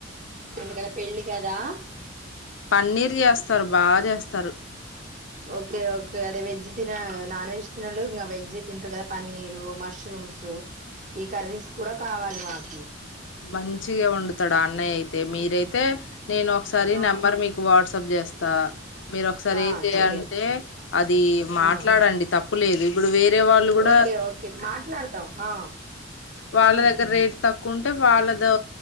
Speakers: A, on the left; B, on the right.
A: ఆ,
B: ఎందుకంటే పెళ్ళి కదా <inaudible>
A: పన్నీర్ చేస్తారు బాగా చేస్తారు
B: ఓకే ఓకే అదే వెజ్ తిన నాన్ వెజ్ తినలో ఇంకా వెజ్ తింటారు కదా పన్నీరు మష్రూ మష్రూమ్స్ ఈ కర్రీస్ కూడా కావాలి మాకి
A: మంచిగా ఉండుతాడా అన్నయ యితే అతే మీరయితే నేను ఒకసారి
B: ఆ
A: నెంబర్ మీకు వాట్స సబ్జీ చేస్తా మీరు ఒకసారి
B: ఆ
A: ఏం చేయాలంటే
B: చెయ్యండి
A: అది మాట్లాడండి
B: ఆ
A: తప్పు లేదు ఇప్పుడు వేర వాళగగ
B: ఓకే ఓకే మాట్లాడతాం ఆ
A: వాళగ్గే
B: ఉమ్
A: తక్ వాళ్ళతో